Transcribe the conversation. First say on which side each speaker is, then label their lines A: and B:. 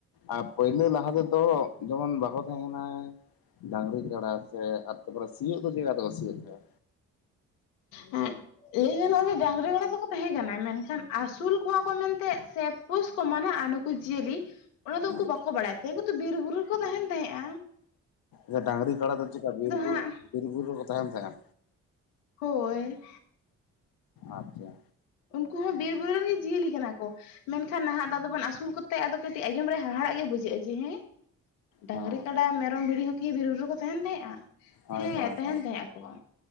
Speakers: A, on the left; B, on the left.
A: ᱟᱨ ᱯᱳᱭᱞᱳ ᱞᱟᱦᱟ ᱛᱮ ᱫᱚ ᱡᱮᱢᱚᱱ ᱵᱟᱠᱚ ᱛᱟᱦᱮᱸ ᱠᱟᱱᱟ ᱰᱟᱹᱝᱨᱤ ᱠᱟᱲᱟ᱾ ᱥᱮ ᱟᱨ ᱛᱟᱯᱚᱨᱮ ᱥᱤᱭᱳᱜ ᱫᱚ ᱪᱮᱫᱽᱠᱟ ᱠᱟᱛᱮ ᱠᱚ ᱥᱤᱭᱳᱜ ᱠᱚᱣᱟ?
B: ᱦᱮᱸ᱾ ᱞᱟᱹᱭ ᱜᱟᱱᱚᱜ-ᱟ ᱡᱮ ᱰᱟᱹᱝᱨᱤ ᱠᱟᱲᱟ ᱫᱚᱠᱚ ᱛᱟᱦᱮᱸ ᱠᱟᱱᱟ ᱢᱮᱱᱠᱷᱟᱱ ᱟᱹᱥᱩᱞ ᱠᱚᱣᱟ ᱠᱚ ᱢᱮᱱᱛᱮᱸᱜ ᱥᱮ ᱯᱩᱥ ᱠᱚ ᱢᱟᱱᱟᱜ-ᱟ ᱱᱩᱠᱩ ᱡᱤᱭᱟᱹᱞᱤ ᱚᱱᱟ ᱫᱚ
A: ᱦᱮᱸ
B: ᱩᱝᱠᱩ ᱵᱟᱠᱚ ᱵᱟᱲᱟᱭ ᱛᱟᱦᱮᱸᱜ ᱩᱝᱠᱩ ᱫᱚ ᱵᱤᱨ ᱵᱩᱨᱩ ᱨᱮ ᱠᱚ ᱛᱟᱦᱮᱸᱱ ᱛᱟᱦᱮᱸᱜ-ᱟ᱾
A: ᱦᱮᱸ ᱰᱟᱹᱝᱨᱤ ᱠᱟᱲᱟ ᱫᱚ ᱪᱮᱫ ᱠᱟ ᱵᱤᱨ ᱵᱩᱨᱩ
B: ᱦᱟᱸᱜ
A: ᱵᱤᱨ ᱵᱩᱨᱩ ᱨᱮᱠᱚ ᱛᱟᱦᱮᱸᱱ ᱛᱟᱦᱮᱸᱜ-ᱟ?
B: ᱦᱳᱭ᱾
A: ᱟᱪᱪᱷᱟ᱾
B: ᱩᱱᱠᱩ ᱦᱚᱸ ᱵᱤᱨ ᱵᱩᱨᱩ ᱨᱮᱱ ᱜᱮ ᱡᱤᱭᱟᱹᱞᱤ ᱠᱟᱱᱟ ᱠᱚ᱾ ᱢᱮᱱᱠᱷᱟᱱ ᱱᱟᱦᱟᱜ ᱫᱟ ᱟᱫᱚ ᱵᱚᱱ ᱟᱹᱥᱩᱞ ᱠᱚᱛᱮ ᱟᱫᱚ ᱠᱟᱹᱴᱤᱡ ᱟᱸᱚᱢ ᱨᱮ ᱦᱟᱦᱟᱲᱟᱜ ᱜᱮ ᱵᱩᱡᱷᱟᱹᱜ-ᱟ ᱡᱮ ᱦᱮᱸ ᱰᱟᱹᱝᱨᱤ
A: ᱦᱮᱸ
B: ᱠᱟᱰᱟ ᱢᱮᱨᱚᱢ ᱵᱷᱤᱲᱤ ᱦᱚᱸᱠᱤ ᱵᱤᱨ ᱵᱩᱨᱩ ᱨᱮᱠᱚ ᱛᱟᱦᱮᱸᱱ ᱛᱟᱦᱮᱸᱜ-ᱟ᱾
A: ᱦᱳᱭ
B: ᱦᱮᱸ
A: ᱦᱳᱭ
B: ᱛᱟᱦᱮᱸᱱ
A: ᱦᱳᱭ
B: ᱛᱟᱦᱮᱸ ᱟᱠᱚ,